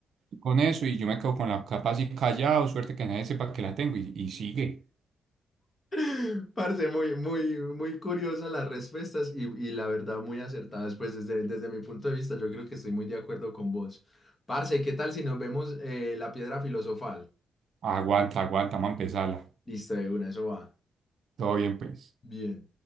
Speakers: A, on the right; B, on the left.
A: con eso. Y yo me quedo con la capa así callado, suerte que nadie sepa que la tengo. Y, y sigue,
B: <laughs> Parce, muy, muy, muy curiosas las respuestas y, y la verdad muy acertadas. Pues desde, desde mi punto de vista, yo creo que estoy muy de acuerdo con vos. Parce, ¿qué tal si nos vemos eh, la piedra filosofal?
A: aguanta, aguanta, vamos a empezarla.
B: Listo, de una, eso va.
A: Todo bien, pues.
B: Bien.